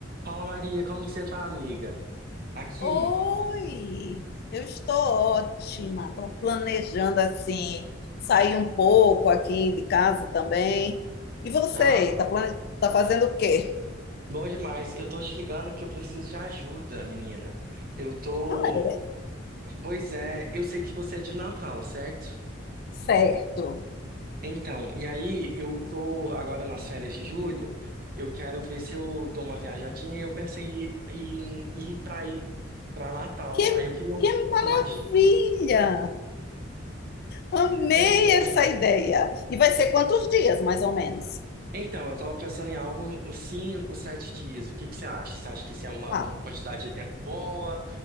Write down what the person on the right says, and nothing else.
Fala Maria, como que você tá, amiga? Aqui.
Ah,
bom demais. Eu tô te ligando porque eu preciso de ajuda, menina. Eu tô.
Pois é, eu sei que você é de Natal, certo?
Então, e aí eu tô agora nas férias de julho. Eu quero ver se eu dou uma viajadinha. e Eu pensei em em ir pra ir pra Natal.
Aí eu queria um-
uma.
Pois é.
Então, eu estava pensando em algo uns 5, 7 dias. O que que você acha? Você acha que isso é uma,
uma quantidade de tempo boa?